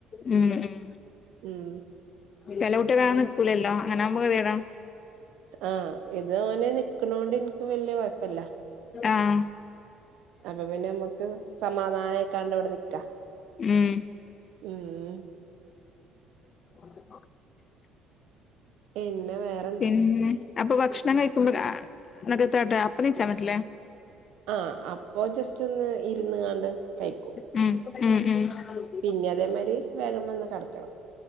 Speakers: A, on the left; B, on the right.
A: ഉം ഉം
B: ഉം
A: ചെലകുട്ടി അങ്ങനെ നിക്കൂലല്ലോ അങ്ങനാവുമ്പോ ഗതികേടാ
B: ആഹ് ഇത് ഓന് നിക്കണോണ്ട് എനിക്ക് വല്യ കൊഴപ്പല്ല
A: ആഹ്
B: അപ്പൊ പിന്നെ നമ്മക്ക് സമാധാനമായിക്കാണ്ട് ഇവിടെ നിക്കാ
A: ഉം
B: ഉം ഉം
A: <inaudible>
B: പിന്നെ വേറെ
A: പിന്നെ അപ്പം ഭക്ഷണം കഴിക്കുമ്പ രാ <unintelligible> അപ്പെണീച്ചാ മതില്ലേ
B: ആഹ് അപ്പോ ജസ്റ്റ് ഒന്ന് ഇരുന്ന് കാണ്ട് കഴിക്കും
A: ഉം ഉം ഉം
B: പിന്നെ അതേമാതിരി വേഗം വന്ന് കെടക്കണം